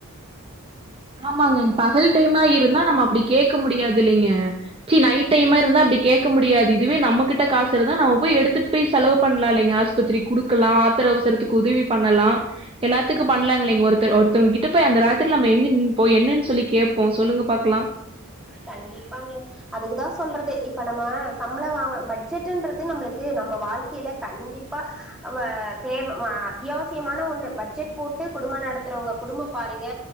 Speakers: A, on the right; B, in the centre.
A: ஆமாங்கங் பகல் டைமா இருந்தா நம்ம அப்டி கேக்க முடியாதில்லைங்க சி நைட் டைமா இருந்தா அப்டி கேக்க முடியாது இதுவே நம்மகிட்ட காசு இருந்தா நம்ம போய் எடுத்துட் போய் செலவு பண்ணலா இல்லைங்க ஆஸ்ப் பத்திரிக் குடுக்கலா ஆத்திர அவசரத்துக்கு உதவி பண்ணலா எல்லாத்துக்கு பண்ணலாங்கில்லைங் ஒருத்தர் ஒருத்தவங்கிட்ட போயி அந்த ராத்திரில நம்ப எங்க நின் இப்போ என்னன்னு சொல்லி கேப்போ சொல்லுங்க பாக்கலா
B: கண்டிப்பாங்க அதுக்குதா சொல்றது இப்ப நம்ம சம்ளோ வாங்கரோ பட்ஜெட்டுன்றது நம்பளுக்கு நம்ம வாழ்க்கையில கண்டிப்பா அவ தேவ மா அத்தியாவசியமான ஒண்ணு பட்ஜெட் போட்டு குடும நடத்துறவங்க குடும பாருங்க